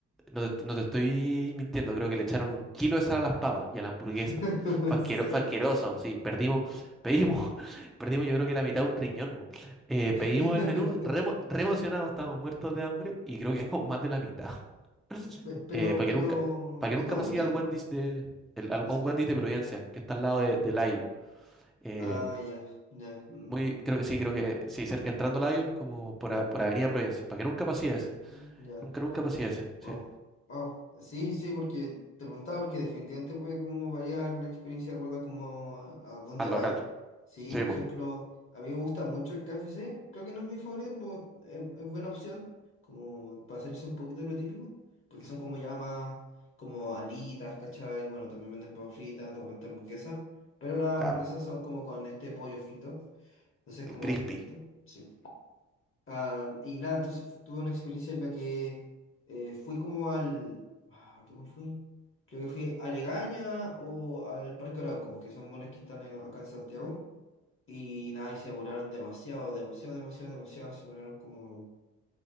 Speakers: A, in the centre; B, on the left (about 45°).
A: no te, no te estoy mintiendo, creo que le echaron un kilo de sal a las papas y a la hamburguesa.
B: <laughs>
A: weón. Fue
B: ¿En
A: asquero-
B: serio?
A: fue asqueroso, sí, perdimos, pedimos, <laughs> perdimos yo creo que la mitad de un riñón. weón. Eh,
B: <laughs>
A: pedimos el menú, re, emo- re emocionados, estábamos muertos de hambre y creo que <laughs> con más de la mitad. weón.
B: Pe- Pero,
A: Eh, para
B: pero,
A: que nunca, para que
B: ¿y
A: nunca
B: dónde?
A: pasé al Wendy's de, el- al-
B: Eso.
A: a un Wendy's de Providencia, que está al lado de, de Lion. Eh,
B: Ah, ya, ya, mm,
A: Muy, creo que sí, creo que sí, cerca entrando a Lyon como por, a- por Avenida Providencia, para que nunca pasía ese,
B: mm, ya.
A: nunca, nunca pasía ese, sí.
B: Wow, wow. Sí, sí, porque te preguntaba, porque definitivamente puede como variar la experiencia de acuerdo como a, a dónde
A: Al
B: vais.
A: local.
B: Sí,
A: Sí,
B: por
A: pues.
B: ejemplo, a mí me gusta mucho el KFC, creo que no es mi favorito, pero es, es buena opción, como para salirse un poquito de lo típico, porque son como ya más, como alitas, ¿cachai? Bueno, también venden papas fritas, de repente hamburguesas, pero las
A: Claro.
B: hamburguesas son como con este pollo frito, entonces
A: El
B: es como
A: crispy.
B: distinto. sí. Ah, y nada, entonces fu- tuve una experiencia en la que eh, fui como al... ah, ¿Cómo fui? Creo que fui a Legaña o al Parque Arauco, que son moles que están eh, acá en Santiago. Y nada, y se demoraron demasiado, demasiado, demasiado, demasiado. Se demoraron como,